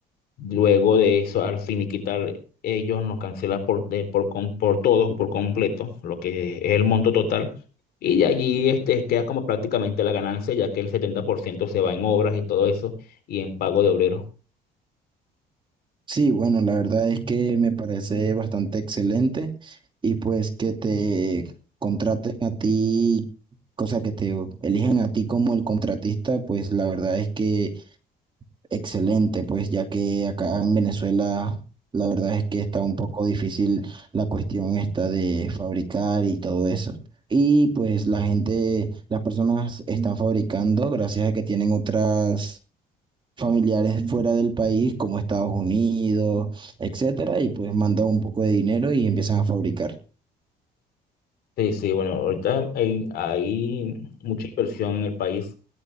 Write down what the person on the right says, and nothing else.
Sí, bueno, la verdad es que me parece bastante excelente y pues que te contraten a ti, cosa que te elijan a ti como el contratista, pues la verdad es que... Excelente, pues ya que acá en Venezuela la verdad es que está un poco difícil la cuestión esta de fabricar y todo eso. Y pues la gente, las personas están fabricando gracias a que tienen otras familiares fuera del país como Estados Unidos, etcétera, y pues mandan un poco de dinero y empiezan a fabricar.